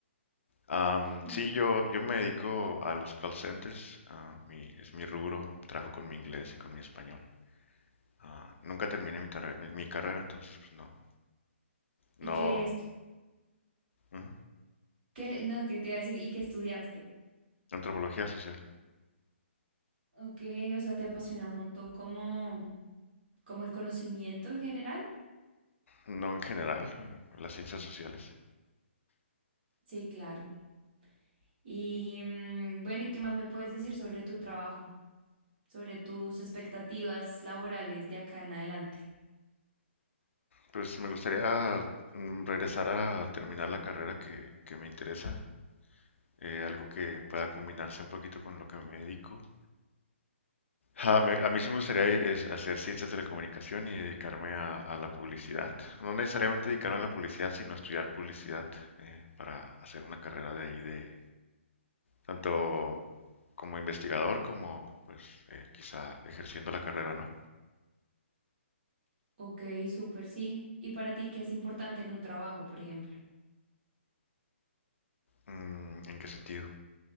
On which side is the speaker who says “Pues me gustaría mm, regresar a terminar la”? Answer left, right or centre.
Left